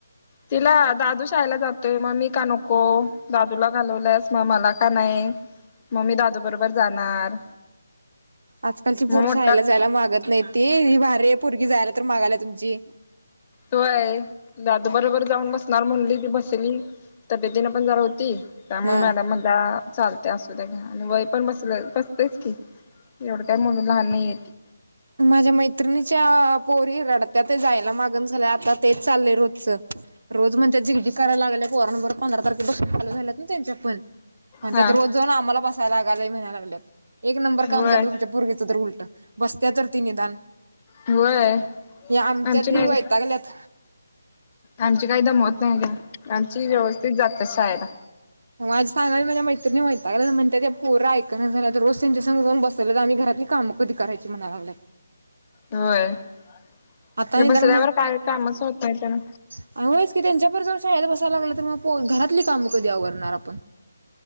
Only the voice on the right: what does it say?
आज कालची
पोरं
शाळेला जायला मागत नाहीत. ही भारी आहे पोरगी जायला तर मागालाय तुमची.
हा
माझ्या मैत्रिणीच्या पोरी रडत्यात जायला मागण झाल्या आता तेच चाललंय रोजच, रोज म्हणत्यात झिगझिग करायला लागलीया पोरांबरं, पंधरा तारखेपासून चालू झाल्यात ना त्यांच्या पण, म्हणत्यात
रोज जाऊन आम्हाला बसायला लागालयं म्हणालागल्यात. एक नंबर काम
झालं. तुमच्या पोरगीच तर उलट बसत्या तर ती निदान.
या, आमच्यातली
वैतागल्यात.
मग, आज सांगायाचं, माझ्या मैत्रिणी वैतागल्यात म्हणत्यात, पोरं ऐक ना झाल्यात, रोज त्यांच्या सोबत जाऊन बसलोत आम्ही घरातली काम कधी करायची म्हणा लागलं <inaudible> आहे
आता
निदान
<inaudible> आणिमुळेच की त्यांच्याप जर <inaudible> शळद बसाय लागलं तर मग घरातली कामं कधी अवरणार आप